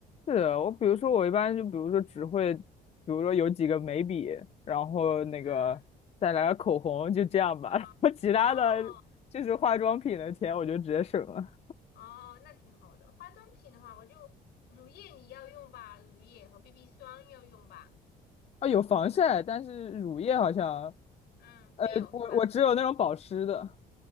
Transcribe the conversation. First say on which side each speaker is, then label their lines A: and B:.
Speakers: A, on the left; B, on the left.
A: 是的，我比如说我一般就比如说只会，比如说有几个眉笔，然后那个再来个口红，
B: 嗯
A: 就这样吧。
B: 啊哦
A: <laughs> 然后其他的就是化妆品的钱，我就直接省了。
B: 哦，那挺好的。化妆品的话，我就乳液你要用吧，乳液和 BB 霜要用吧。
A: 啊，有防晒，但是乳液好像，
B: 嗯，
A: 呃，
B: 没有是吧？
A: 我我只有那种保湿的。